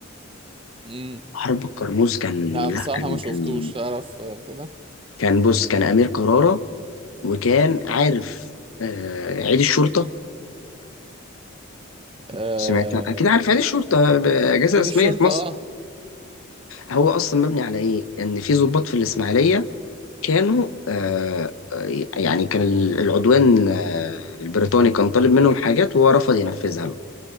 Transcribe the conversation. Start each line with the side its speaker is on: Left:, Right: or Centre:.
Right: امم
Left: حرب الكرموز كان
Right: لا
Left: لا
Right: بصراحة
Left: كان
Right: ما شفتوش
Left: كان
Right: تعرف آه، كده
Left: كان بص كان أمير كرارة وكان عارف آه، عيد الشرطة
Right: آه...
Left: سمعت أكيد عارف عيد الشرطة آه، أجازة
Right: عيد
Left: رسمية
Right: الشرطة
Left: في مصر
Right: اه
Left: هو أصلا مبني على إيه؟ إن في ضباط في الإسماعيلية كانوا آه، آه، يعني كان ال- العدوان آه، البريطاني كان طالب منهم حاجات وهو رفض ينفذها له